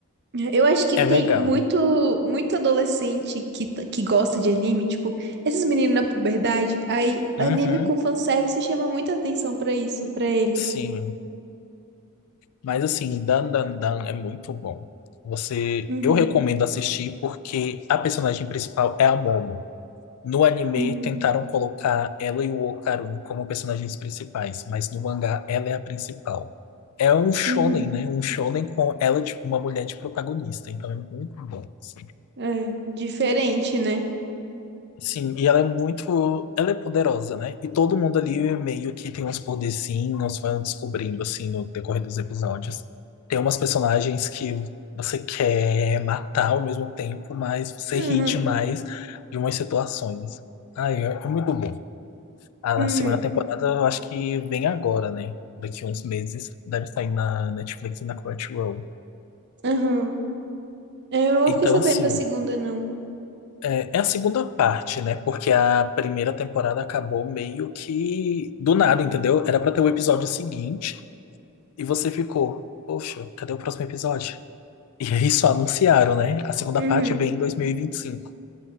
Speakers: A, on the right; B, on the left.
A: Eu acho que
B: É
A: tem
B: legal.
A: muito, muito adolescente que, t- que gosta de anime, tipo, esses meninos na puberdade, aí
B: Uhum,
A: anime com fanservice chama muita atenção pra isso, pra eles.
B: sim. Mas assim, Dan Dan Dan é muito bom. Você,
A: Uhum,
B: eu recomendo assistir porque a personagem principal é a Momo. No anime
A: uhum,
B: tentaram colocar ela e o Okarun como personagens principais, mas no mangá ela é a principal. É um shonen,
A: uhum.
B: né? Um shonen com ela de uma mulher de protagonista, então é muito bom. assim.
A: É, diferente, né?
B: Sim, e ela é muito, ela é poderosa, né? E todo mundo ali meio que tem uns poderzinhos, vai descobrindo assim no decorrer dos episódios. Tem umas personagens que você quer matar ao mesmo tempo, mas você
A: Uhum,
B: ri demais de umas situações. Ai, é, é muito bom. A
A: uhum,
B: segunda temporada eu acho que vem agora, né? Daqui uns meses. Deve sair na Netflix e na Crunchyroll.
A: uhum. Eu não
B: Então,
A: fiquei sabendo
B: assim,
A: da segunda, não.
B: É, é a segunda parte, né? Porque a primeira temporada acabou meio que do nada, entendeu? Era pra ter o episódio seguinte e você ficou, poxa, cadê o próximo episódio? E aí só anunciaram, né? A segunda
A: Uhum.
B: parte vem em 2025.